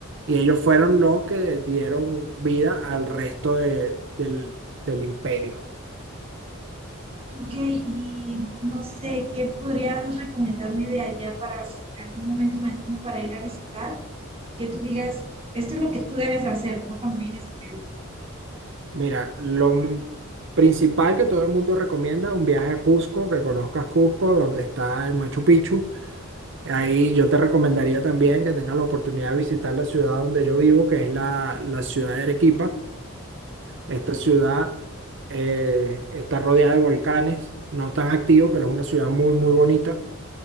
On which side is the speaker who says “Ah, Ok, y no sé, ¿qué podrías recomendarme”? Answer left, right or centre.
Right